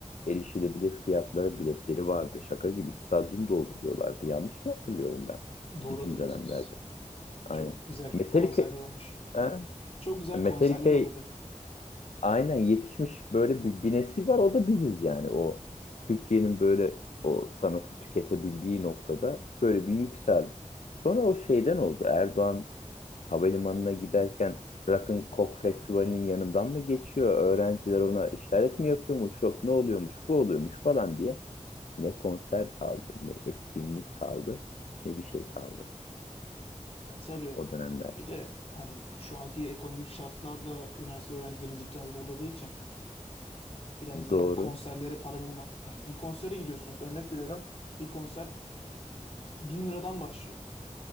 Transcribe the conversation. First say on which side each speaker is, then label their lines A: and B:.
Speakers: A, on the left; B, on the left.
A: Erişilebilir fiyatlara biletleri vardı. Şaka gibi stadyum dolduruyorlardı. Yanlış mı hatırlıyorum ben?
B: Doğru
A: Bizim
B: hatırlıyorsunuz.
A: dönemlerde. Aynen.
B: Çok güzel
A: Metallica,
B: konserler olmuş.
A: ha?
B: Çok güzel
A: Metallica
B: konserler oluyordu.
A: aynen yetişmiş böyle bir, bir nesil var o da biziz yani o Türkiye'nin böyle o sanatı tüketebildiği noktada böyle bir yükseldi. Sonra o şeyden oldu Erdoğan havalimanına giderken Rock'n'Coke Festivali'nin yanından mı geçiyor? Öğrenciler ona işaret mi yapıyormuş? Yok ne oluyormuş bu oluyormuş falan diye. Ne konser kaldı ne etkinlik kaldı ne bir şey kaldı
B: Ya tabii
A: o dönemler.
B: bir de hani şu anki ekonomik şartlar da üniversite öğrencilerin cidden zorladığı için biraz
A: Doğru
B: da hani konserlere para bulmak yani bir konsere gidiyorsunuz örnek veriyorum bir konser bin liradan başlıyor.